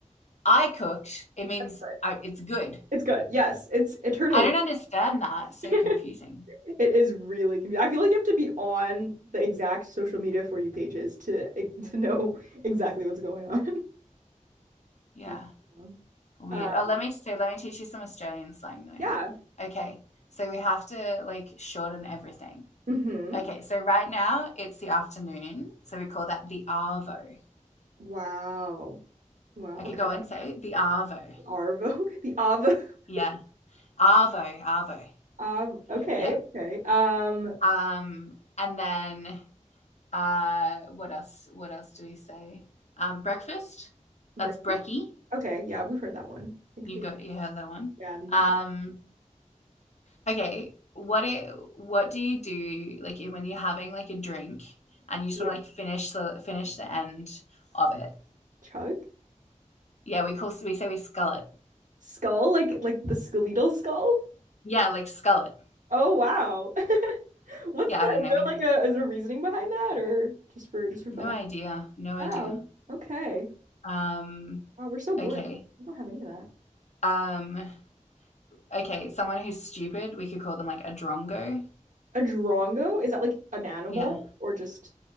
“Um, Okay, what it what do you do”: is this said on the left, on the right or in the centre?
Left